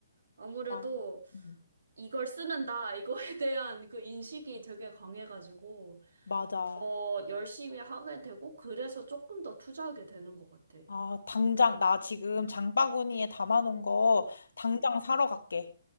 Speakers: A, on the right; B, on the left.
A: 아무래도
B: 아, 음,
A: 이걸 쓰는다, 이거에 <laughs> 대한 그 인식이 되게 강해가지고
B: 맞아.
A: 더 열심히 하게 되고 그래서 조금 더 투자하게 되는 것 같아.
B: 아, 당장, 나 지금 장바구니에 담아놓은 거 당장 사러 갈게.